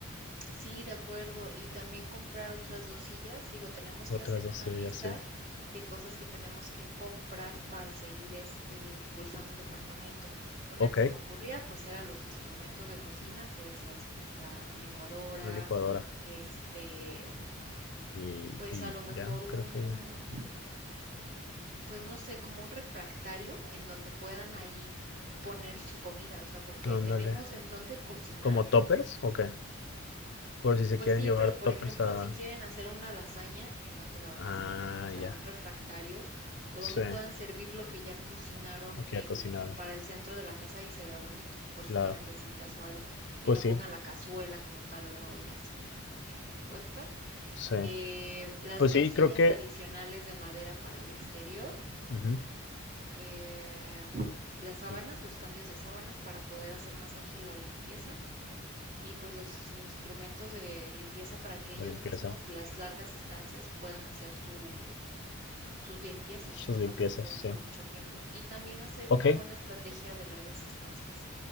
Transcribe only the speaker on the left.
Otras
dos
sí,
ya sé.
Ok,
una licuadora.
Y,
y
ya,
creo que
ya. Ándale.
¿Como toppers o qué? Por si se
quieren
llevar
toppers
a...
Ah,
ya.
Sí,
aquí
a cocinar,
claro.
Pues
sí,
sí.
Pues
sí,
creo que...
ujú,
Y
la limpieza,
sus
limpiezas,
sí.
Ok,